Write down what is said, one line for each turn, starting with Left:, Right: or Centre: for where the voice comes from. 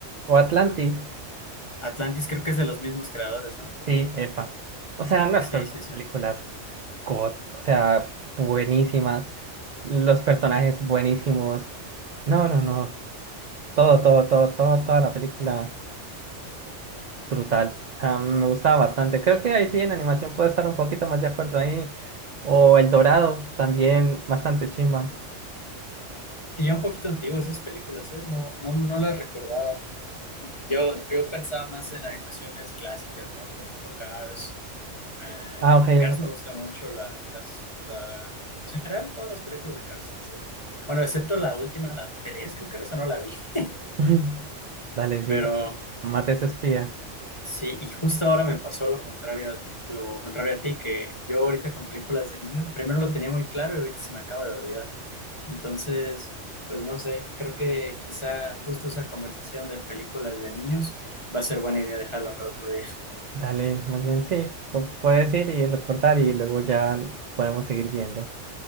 Right: o Atlantis.
Left: Atlantis creo que es de los mismos creadores, ¿no?
Right: Sí, epa. O sea, no, estas
Left: Sí,
Right: dos
Left: sí, sí.
Right: películas, God, o sea, buenísimas. Los personajes buenísimos. No, no, no. Todo, todo, todo, todo, toda la película. Brutal. O sea, me gustaba bastante. Creo que ahí sí en animación puedo estar un poquito más de acuerdo ahí. O El Dorado, también bastante chimba.
Left: Y ya un poquito antiguas esas películas, ¿eh? No, no, no las recordaba. Yo, yo pensaba más en animaciones clásicas, ¿no? Por ejemplo, Cars. Eh,
Right: Ah, ok.
Left: Cars
Right: ok.
Left: me gusta mucho. La, las, la, pues en general, todas las películas de Cars. las- Bueno, excepto la última, la 3 creo que esa no la vi. <laughs>
Right: <laughs> Dale, sí,
Left: pero
Right: cuando mates espía.
Left: Sí, y justo ahora me pasó lo contrario, a- lo contrario a ti, que yo ahorita con películas de niños, primero lo tenía muy claro y ahorita se me acaba de olvidar. Entonces, pues no sé, creo que quizá justo esa conversación de películas de niños va a ser buena idea dejarla para otro día.
Right: Dale, más bien sí. pu- Puedes ir y recordar y luego ya podemos seguir viendo.